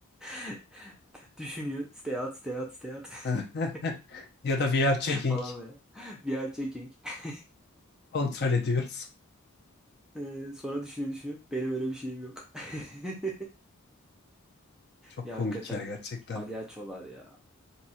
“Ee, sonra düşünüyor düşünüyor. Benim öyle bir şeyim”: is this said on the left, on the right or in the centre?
Centre